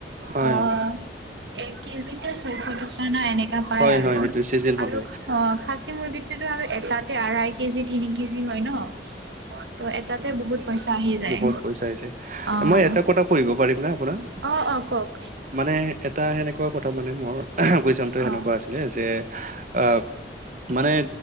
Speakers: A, on the right; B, on the right.
A: হয়
B: অঁ,
A: হয়
B: এক কেজিতে ছয়শ টকা না এনেকা পাই
A: হয়
B: আৰু।
A: হয় সেইটো চিজন হ'লে
B: আৰু অঁ, খাছ মুৰ্গীটোতো আৰু এটাতে আঢ়াই কেজি, তিনি কেজি হয় ন'? হয়, ত' এটাতে বহুত পইচা আহি যায়।
A: বহুত পইচা আহিছে
B: অঁ,
A: মই এটা কথা কৰিব পাৰিম না আপোনাক
B: অঁ, অঁ কওক?
A: মানে এটা সেনেকুৱা কথা মানে, মোৰ কুৱেচনটো সেনেকুৱা
B: অ
A: আছি লে যে আব মানে,